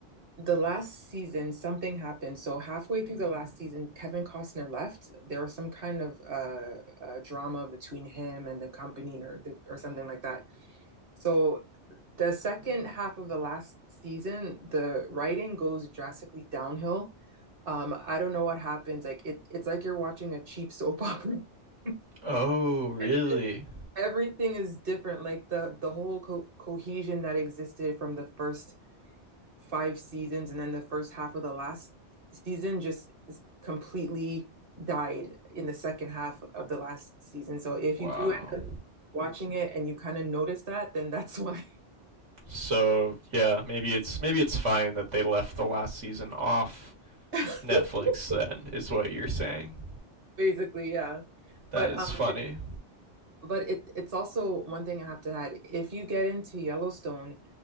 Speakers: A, on the right; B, on the right.
A: the last season something happened. So halfway through the last season, Kevin Costner left. There was some kind of uh, uh drama between him and the company or the, or something like that. So the second half of the last season, the writing goes drastically downhill. Um, I don't know what happens. Like it, it's like you're watching a cheap soap opera. <laughs>
B: Oh, really?
A: It's just- everything is different. Like the the whole co cohesion that existed from the first five seasons and then the first half of the last season just is completely died in the second half of the last season. So if
B: Wow.
A: you do end up watching it and you kind of notice that, then that's <laughs> why.
B: So yeah, maybe it's maybe it's fine that they left the last season off
A: <laughs>
B: Netflix. Then is what you're saying.
A: Basically, yeah.
B: That
A: But
B: is
A: um,
B: funny.
A: it, but it, it's also one thing I have to add. If you get into Yellowstone,